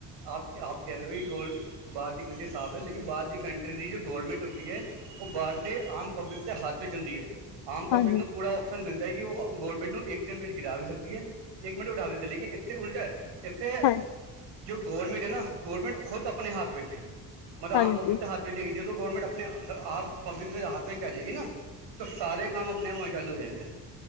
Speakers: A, on the right (about 90°); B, on the left (about 80°).
A: ਆਪ ਆਪ ਕੈ ਰੇ ਹੋ ਇ ਗੋਲ ਬਾਹਰ ਦੀ ਕੰਟਰੀ ਸਾਫ ਐ, ਲੇਕਿਨ ਬਾਰ ਦੀ ਕੰਟਰੀ ਦੀ ਜੋ ਗੌਰਮੈਂਟ ਹੁੰਦੀ ਏ ਓਹ ਬਾਰ ਦੇ ਆਮ ਪਬਲਿਕ ਤੇ ਹੱਥ ਵਿਚ ਹੁੰਦੀ ਏ, ਆਮ
B: ਹਾਂਜੀ
A: ਪਬਲਿਕ ਨੂੰ ਪੂਰਾ ਔਪਸ਼ਨ ਮਿਲਦੈ ਕਿ ਓਹ ਗੌਰਮਿਂਟ ਨੂੰ ਇੱਕ ਦਿਨ ਵਿੱਚ ਗਿਰਾ ਵੀ ਸਕਦੀ ਏ, ਇੱਕ ਮਿੰਟ ਉਠਾ ਦਿੱਤੇ, ਲੇਕਿ ਇੱਥੇ ਉਲਟੈ। ਥੇ
B: ਹਾਂ
A: ਜੋ ਗੌਰਮੇਂਟ ਏਨਾ ਗੌਰਮੇਂਟ ਖੁਦ ਅਪਣੇ ਹੱਥ ਵਿੱਚ ਐ। ਮਤਲਬ
B: ਹਾਂਜੀ
A: ਆਮ ਪਬਲਿਕ ਦੇ ਹੱਥ ਚ ਨੀ ਹੈਗੀ। ਜਦੋ, ਗੌਰਮੇਂਟ ਅਪਣੇ ਆਪ ਪਬਲਿਕ ਦੇ ਹਥੇ ਚ ਆ ਜੇਗੀ ਨਾ ਤ ਸਾਰੇ ਕੰਮ ਅਪਣੇ ਆਪ ਹੋਣੇ ਚਾਲੂ ਹੋ ਜਾਏਗੇ।